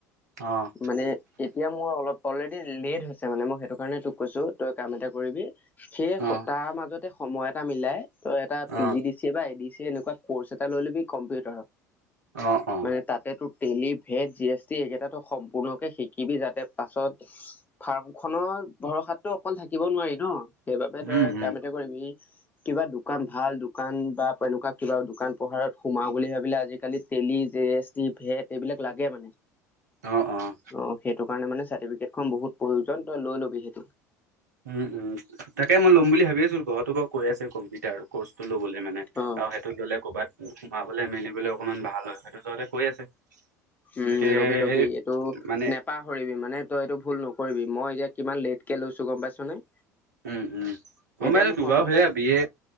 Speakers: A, on the right; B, on the left.
A: অ',
B: মানে এতিয়া মোৰ অলপ অলৰেডি লেট হৈছে মানে মই সেইটো কাৰণে তোক কৈছো, তই কাম এটা কৰিবি সেই
A: অ',
B: তাৰ মাজত সময় এটা মিলাই তই এটা
A: O,
B: P G D C A বা এ ডি চি এ এনেকুৱা ক'ৰ্চ এটা লৈ লবি কম্পিউটাৰৰ।
A: অ', অ'।
B: মানে তাতে তোৰ তেলি, ভেদ, জি এছ টি এইকেইটাটো সম্পূৰ্ণকে শিকিবি যাতে পাছত ফাৰ্ম খনৰ ভৰসাতটো অকল থাকিব নোৱাৰি ন। সেইবাবে
A: উম,
B: তই
A: উম,
B: কাম এটা কৰিবি কিবা দোকান ভাল দোকান বা এনেকুৱা কিবা দোকান পোহাৰত সোমাও বুলি ভাবিলে আজিকালি Tally, G S T, VAT এইবিলাক লাগে মানে।
A: অ', অ'।
B: ত', সেইটো কাৰণে মানে চাৰ্টিফিকেট খন বহুত প্ৰয়োজন তই লৈ ল'বি সেইটো।
A: উম উম, তাকে মই ল'ম বুলি ভাবি আছো, ঘৰতো বাৰু কৈ আছে কম্পিউটাৰ কৰ্চটো লবলে মানে
B: অ
A: আৰু সেই ললে ক'ৰবাত সোমাবলৈ মেলিবলৈ অকনমান ভাল হয়, সেইটো জহতে কৈ আছে।
B: উম'
A: তাকে
B: লবি লবি
A: এই
B: এইটো
A: মানে
B: নেপাহৰিবি মানে তই এইটো ভুল নকৰিবি মই এতিয়া কিমান লেটকে লৈছোঁ গ'ম পাইছ নে।
A: উম' উম' মই
B: এতিয়া
A: মানে
B: মোৰ
A: দুবাৰ
B: কম্পিউটাৰ
A: সেয়া বিয়ে